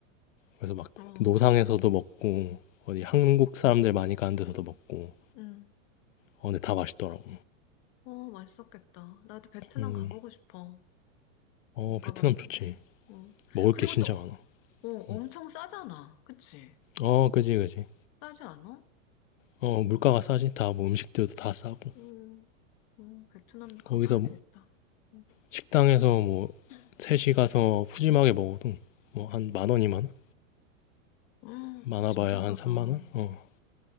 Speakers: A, on the left; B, on the left.
A: 그래서 막
B: 어,
A: 노상에서도 먹고 어디 한국 사람들 많이 가는 데서도 먹고.
B: 응.
A: 어, 근데 다 맛있더라고.
B: 어, 맛있었겠다. 나도 베트남
A: 음.
B: 가보고 싶어.
A: 어,
B: 못 가봤는데.
A: 베트남 좋지.
B: 어.
A: 먹을
B: 그리고
A: 게 진짜
B: 또,
A: 많아.
B: 어, 엄청
A: 음.
B: 싸잖아. 그치?
A: 어, 그지, 그지.
B: 싸지 않아?
A: 어, 물가가
B: 음,
A: 싸지. 다 뭐 음식들도 다 싸고.
B: 음, 음, 베트남도 가봐야
A: 거기서
B: 되겠다. 음,
A: 식당에서 뭐 셋이 가서 푸짐하게 먹어도 뭐 한 만 원, 이만 원?
B: 음,
A: 많아봐야
B: 진짜 싸다.
A: 한 3만 원? 어,